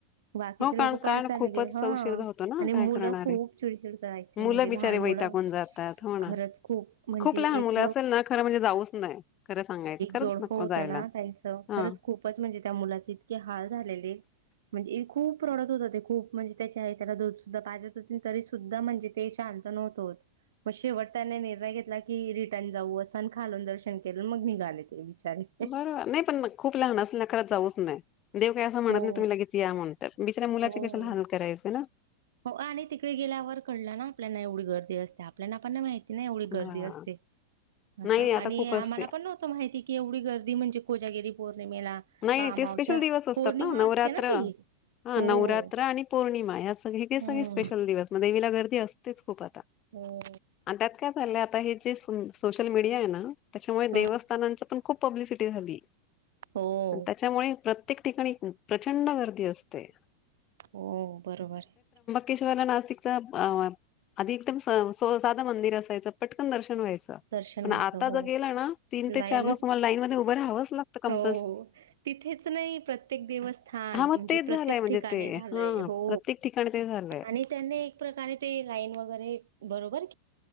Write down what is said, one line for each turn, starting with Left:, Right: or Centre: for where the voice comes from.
Right: बाकीचे
Left: हो कारण
Right: लोक परत
Left: कारण
Right: चाले
Left: खूपच
Right: गेले ह
Left: उशीर होतो ना
Right: आणि
Left: काय
Right: मुलं
Left: करणारे
Right: खूप चिडचिड करायचे
Left: मुलं
Right: म्हणजे
Left: बिचारे
Right: लहान
Left: वैतागून
Right: मुलं
Left: जातात हो ना
Right: खरच खूप म्हणजे
Left: लहान
Right: एक
Left: मुलं असेल ना खरं म्हणजे जाऊच नाही खरं सांगायचं खरंच
Right: जोडोड
Left: नको
Right: होत
Left: जायला
Right: ना त्यांच खरंच
Left: हा
Right: खूपच म्हणजे त्या मुलाचे इतके हाल झालेली म्हणजे खूप रोडत होत ते खूप म्हणजे त्याच्या त्याला दूध सुद्धा पाजत होते तरी सुद्धा म्हणजे ते शांत नव्हत होत मग शेवट त्याने निर्णय घेतला की रिटर्न जाऊ असं आणि खालून दर्शन केलं मग निघाले ते बिचारे
Left: बरोबर नाही पण खूप लहान असल ना खरंच जाऊच नाही देव काय अस म्हणत
Right: हो
Left: ना तुम्ही लगेच या म्हणत बिचऱ मुलाची
Right: हो
Left: कशाला हाल करायचे ना
Right: हो आणि तिकडे गेल्यावर कळलं ना आपल्याना एवढी गर्दी असते आपल्यालाना आपण माहिती ति नाही एवढी
Left: हा
Right: गर्दी असते असं
Left: नाही नाही, आता
Right: आणि
Left: खूप
Right: आम्हाला
Left: असते
Right: पण नव्हतं माहिती की एवढी गर्दी म्हणजे कोजागिरी पौर्णिमेला
Left: नाही
Right: अमावश्या
Left: ते स्पेशल दिवस असतात
Right: पौर्णिमा
Left: ना नवरात्र
Right: असते ना ती
Left: हा
Right: हो
Left: नवरात्र आणि पौर्णिमा या सग हे सगळे
Right: हम्म
Left: स्पेशल दिवस म देवीला गर्दी असतेच खूप आ
Right: हो.
Left: आणि त्यात काय झालं आता हे जे सु सोशल मीडिया आहे ना त्याच्यामुळे
Right: हा
Left: देवस्थानांच पण खूप पब्लिसिटी झाली
Right: हो
Left: त्याच्यामुळे प्रत्येक ठिकाणी प्रचंड गर्दी असते
Right: हो बरोबर आहे
Left: ेशवाला नाशिक अ आधिक एकदम साधं मंदिर असायचं पटकन दर्शन व्हायचं
Right: दर्शन
Left: पण
Right: व्हायचं
Left: आता
Right: हो
Left: ज गेलं ना तीन
Right: लाईन
Left: ते चार वाज मला लाईन म उभं राहावं लातं क
Right: हो तिथेच नाही प्रत्येक देवस्थान
Left: हां, मग
Right: म्हणजे
Left: तेच झालंय
Right: प्रत्येक
Left: म्हणजे
Right: ठिकाणी
Left: ते
Right: झालंय
Left: हां,
Right: हो
Left: प्रत्येक ठिकाणी ते झालंय.
Right: आणि त्यां एक प्रकारे ते लाईन वगरे बरोबर